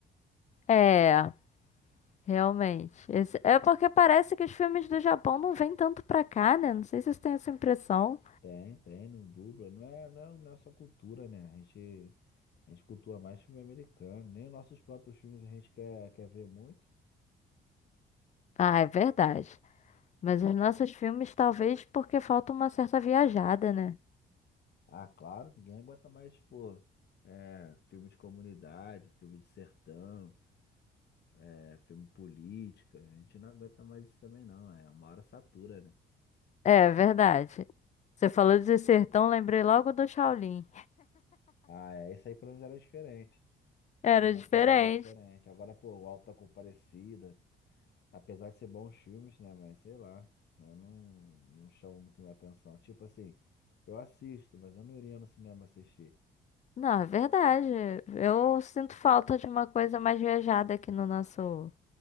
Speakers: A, on the left; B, on the left.
A: É, realmente. Esse- é porque parece que os filmes do Japão não vêm tanto pra cá, né? Não sei se vocês têm essa impressão.
B: Tem, tem, não dubla. Não é, não é, não é só cultura, né? A gente, a gente cultua mais filme americano. Nem os nossos próprios filmes a gente quer, quer ver muito.
A: Ah, é verdade. Mas os nossos filmes, talvez porque falta uma certa viajada, né?
B: Ah, claro, ninguém aguenta mais, pô, é, filme de comunidade, filme de sertão, é, filme política. A gente não aguenta mais isso também, não. É uma hora satura, né?
A: É, verdade. Você falou de sertão, lembrei logo do Shaolin.
B: Ah, é, isso aí pra nós era diferente.
A: Era
B: Tinha uma
A: diferente.
B: pegada diferente. Agora, pô, o Auto da Compadecida, apesar de ser bons filmes, né? Mas sei lá, eu não, não chamo muito minha atenção. Tipo assim, eu assisto, mas eu não iria no cinema assistir.
A: Não, é verdade. Eu sinto falta de uma coisa mais viajada aqui no nosso.